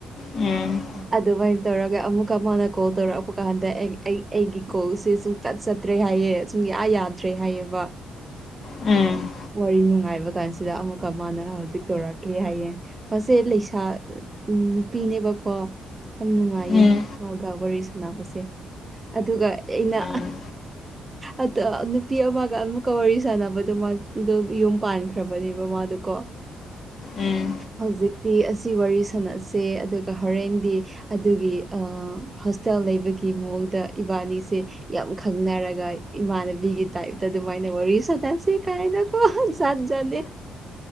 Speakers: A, on the left (about 50°); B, on the right (about 25°).
A: ꯎꯝ
B: ꯑꯗꯨꯃꯥꯏꯅ ꯇꯧꯔꯒ ꯑꯃꯨꯛꯀ ꯃꯥꯅ ꯀꯣꯜ ꯇꯧꯔꯛꯄ ꯀꯥꯟꯗ ꯑꯩꯒꯤ ꯀꯣꯜꯁꯦ ꯁꯨꯝ ꯇꯠ ꯆꯠꯇ꯭ꯔꯦ ꯍꯥꯏꯌꯦ ꯁꯨꯡꯌꯥ ꯌꯥꯗ꯭ꯔꯦ ꯍꯥꯏꯌꯦꯕ
A: ꯎꯝ
B: ꯋꯥꯔꯤ ꯅꯨꯡꯉꯥꯏꯕ ꯀꯥꯟꯁꯤꯗ ꯑꯃꯨꯛ ꯀꯃꯥꯅ ꯍꯧꯖꯤꯛ ꯇꯧꯔꯛꯀꯦ ꯍꯥꯏꯌꯦ ꯃꯁꯦ ꯂꯩꯁꯥ ꯎꯝ ꯅꯨꯄꯤꯅꯦꯕꯀꯣ ꯌꯥꯝ ꯅꯨꯡꯉꯥꯏꯌꯦ
A: ꯎꯝ
B: ꯃꯥꯒ ꯋꯥꯔꯤ ꯁꯥꯟꯅꯕꯁꯦ ꯑꯗꯨꯒ ꯑꯩꯅ
A: ꯑꯥ
B: ꯑꯗ ꯅꯨꯄꯤ ꯑꯃꯒ ꯑꯃꯨꯛꯀ ꯋꯥꯔꯤ ꯁꯥꯟꯅꯕꯗꯨ ꯃꯥꯗꯨ ꯌꯨꯝ ꯄꯥꯟꯈ꯭ꯔꯕꯅꯦꯕ ꯃꯥꯗꯨ ꯀꯣ
A: ꯎꯝ
B: ꯍꯧꯖꯤꯛꯇꯤ ꯑꯁꯤ ꯋꯥꯔꯤ ꯁꯥꯟꯅꯁꯦ ꯑꯗꯨꯒ ꯍꯣꯔꯦꯟꯗꯤ ꯑꯗꯨꯒꯤ ꯑ ꯍꯣꯁꯇꯦꯜ ꯂꯩꯕꯒꯤ ꯃꯑꯣꯡꯗ ꯏꯕꯥꯅꯤꯁꯦ ꯌꯥꯝ ꯈꯪꯅꯔꯒ ꯏꯃꯥꯟꯅꯕꯤꯒꯤ ꯇꯥꯏꯞꯇ ꯑꯗꯨꯃꯥꯏꯅ ꯋꯥꯔꯤ ꯁꯅꯁꯤ ꯀꯥꯏꯅ ꯣ ꯖꯗꯖꯗꯦ